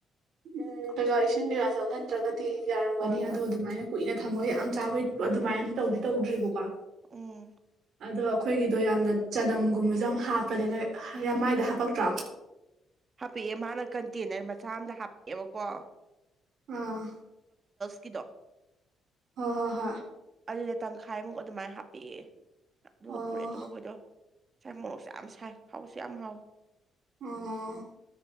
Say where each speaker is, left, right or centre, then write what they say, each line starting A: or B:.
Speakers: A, on the right (about 70°); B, on the right (about 40°).
A: ꯎꯝ ꯀꯩꯀꯥ ꯏꯁꯤꯡ ꯀꯩꯀꯥ ꯆꯠꯍꯟꯗ꯭ꯔꯒꯗꯤ ꯌꯥꯔꯝꯒꯅꯤ
B: ꯍꯣꯏ ꯍꯣꯏ
A: ꯑꯗꯣ ꯑꯗꯨꯃꯥꯏꯅ ꯀꯨꯏꯅ ꯊꯝꯃꯣꯏ ꯌꯥꯝ ꯆꯥꯕꯩ ꯑꯗꯨꯃꯥꯏꯅꯗꯤ ꯇꯧꯗꯤ ꯇꯧꯗ꯭ꯔꯤꯕꯕꯀꯣ
B: ꯎꯝ
A: ꯑꯗꯣ ꯑꯩꯈꯣꯏꯒꯤꯗꯣ ꯌꯥꯝꯅ ꯆꯅꯝꯒꯨꯝꯕꯁꯨ ꯌꯥꯝ ꯍꯥꯞꯄꯅꯦꯅ ꯌꯥꯝ ꯃꯥꯏꯗ ꯍꯥꯄꯛꯇ꯭ꯔꯣ
B: ꯍꯥꯄꯛꯑꯦ ꯃꯥꯅ ꯀꯟꯇꯦꯅꯔ ꯃꯆꯥ ꯑꯃꯝꯗ ꯍꯥꯞꯄꯛꯑꯦꯕꯀꯣ
A: ꯑꯥ
B: ꯀꯗꯣ
A: ꯍ ꯍꯣ ꯍ
B: ꯑꯗꯨꯗ ꯇꯪꯈꯥꯏꯃꯨꯛ ꯑꯗꯨꯃꯥꯏꯅ ꯍꯥꯞꯄꯤꯑꯦ ꯑꯗꯨꯒ
A: ꯑꯣ
B: ꯄꯨꯔꯛꯑꯦ ꯑꯗꯨꯒ ꯍꯣꯏꯗꯣ ꯉꯥꯏ ꯃꯣꯔꯣꯛꯁꯨ ꯌꯥꯝ ꯁꯥꯏ ꯍꯥꯎꯁꯨ ꯌꯥꯝ ꯍꯥꯎꯋꯤ
A: ꯑꯣ